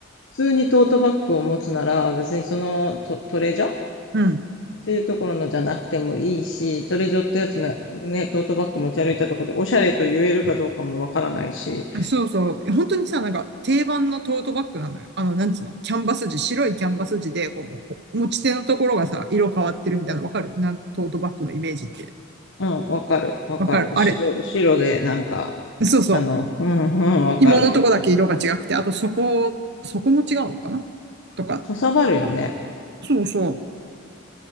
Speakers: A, on the left; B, on the right.
A: 通にトートバッグを持つなら別にそのト、トレジョっ
B: うん。
A: ていうところのじゃなくてもいいし、トレジョってやつね、ね、トートバッグ持ち歩いたところでおしゃれと言えるかどうかもわからないし、
B: そうそう。本当にさ、なんか定番のトートバッグなのよ。あの、なんつうの、キャンバス地、白いキャンバス地で、こう、もう持ち手のところがさ、色変わってるみたいなのわかるなん、トートバッグのイメージって。
A: うん、わかる、わかる。
B: わかるあれ。
A: 白、白でなんか、
B: そうそう。
A: あの、うん、うん、わかる。
B: 紐のとこだけ色が違くて、あとそこ、そこも違うのかなとか。
A: かさばるよね。
B: そうそ